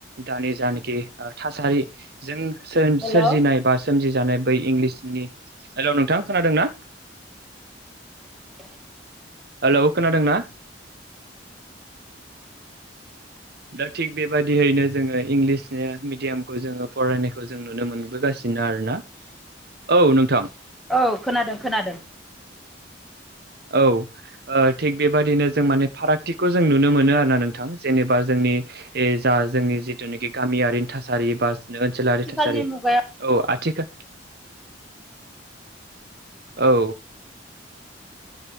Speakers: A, on the right; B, in the centre.
A: दानि जानखि ओ थासारि जों
B: हेल'
A: सोरजिनाय
B: औ
A: बा सोमजिजानाय बै इंलिसनि हेल' नोंथां खोनादों ना।
B: <unintelligible>
A: हेलौ खोनादों ना दा थिग बेबायाददियैनो जोङो इंलिसनि मिडियामखौ जोङो फरायनायखौ जों नुनो मोनबोगासिनो आरोना। औ नोंथां।
B: औ खोनादों खोनादों।
A: औ। ओ थिग बेबादिनो जों माने फारागथिखौ जों नुनो मोनो आरो ना नोंथां जेनेबा जोंनि ए जा जोंनि जिथुनाखि गामियारिनि थासारि बा ओनसोलारि
B: आथिखालनि
A: थासारि
B: मुगायाव
A: औ आथिखा औ।